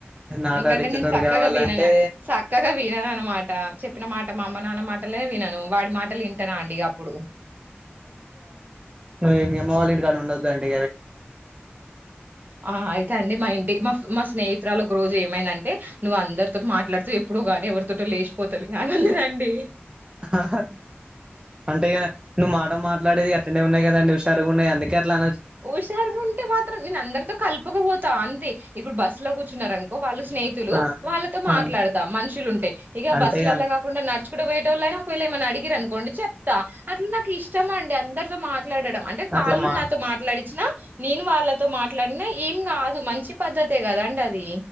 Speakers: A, on the right (about 20°); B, on the right (about 45°).
A: నాకు
B: ఎందుకంటే
A: ఆడిచ్చేటోడు
B: నేను చక్కగా
A: కావాలంటే
B: వీనను చక్కగా వీనన అనమాట చెప్పిన మాట మా అమ్మ నాన్న మాటలే విన వాడి మాటలు వింటన్నా అండి ఇ అప్పుడు
A: ను అమ్మవళ ఇంటి కానీ ఉండదు అండి
B: ఆ అయితే అండి మా ఇంటి మా మా స్నేహితురాలు ఒక రోజు ఏమి మైందంటే నువ్వు అందరితో మాట్లాడుతు ఎప్పుడు గా ఎవరితో లేచిపోతావి అదండి
A: ఆహా అంటే నువ్వు మాట మాట్లాడేది అట నే ఉన్నాయి కదరు ఉన్నాయి అందుక అలా
B: హుషారుగా ఉంటే మాత్రం నేను అందరితో కలుపకపోతు అంతే ఇప్పుడు బస్సు లో కూర్చున్నారు అనుకో వాళ్ళు స్నేహితులు
A: ఆ
B: వాళ్ళతో మాట్లాడతా
A: ఆ
B: మనుషులు ఉంటే ఇక
A: అంటే
B: బస్సులలా కాకుండా నడుచుకో పోయ ఒకవేళ ఏమన్నా అడిగిర అనుకోండి చెప్తా అట్లా నాకు ఇష్టం అండి అందరితో మా మాట్లాడడం అంటే వాళ్ళు
A: అట్లా మా
B: నాతో మాట పడిన నేను వాళ్ళ తో మాట్లాడిన ఏం కాదు మంచి పద్ధతే కదండి అది